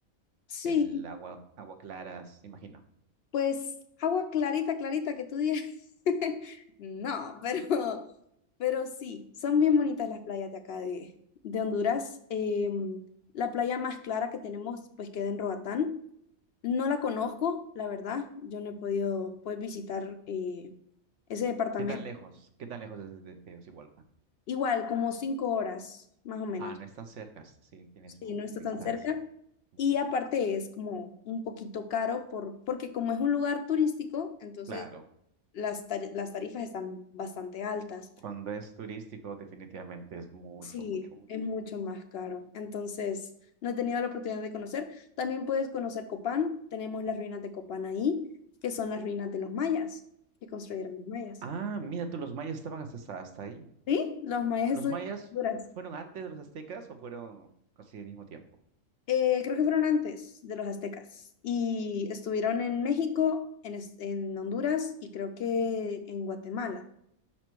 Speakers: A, on the left; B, on the right.
A: sí,
B: el agua, agua claras, imagino.
A: Pues agua clarita, clarita que tú digas. <laughs> No, pero, pero sí, son bien bonitas las playas de acá de, de Honduras. Eh, la playa más clara que tenemos, pues queda en Roatán. No la conozco, la verdad. Yo no he podido pues, visitar eh, ese departamento.
B: ¿Qué tan lejos? ¿Qué tan lejos es de Tegucigalpa?
A: Igual, como cinco horas, más o menos.
B: Ah, no es tan cerca, sí, tiene
A: Sí,
B: su,
A: no está
B: su distancia.
A: tan cerca.
B: Mm,
A: Y aparte es como un poquito caro por, porque como es un lugar turístico, entonces
B: Claro,
A: las, tar- las tarifas están bastante altas.
B: cuando es turístico, definitivamente es mucho,
A: Sí,
B: mucho, mucho.
A: es mucho más caro. Entonces, no he tenido la oportunidad de conocer. También puedes conocer Copán. Tenemos las ruinas de Copán ahí, que son las ruinas de los mayas, que construyeron los mayas.
B: Ah, mira tú, los mayas estaban hasta, hasta hasta ahí.
A: ¿Sí? Los mayas
B: ¿Los
A: estuvieron
B: mayas
A: en Honduras.
B: fueron antes de los aztecas o fueron casi al mismo tiempo?
A: Eh, creo que fueron antes de los aztecas. Y estuvieron en México, en, es- en Honduras y creo que en Guatemala.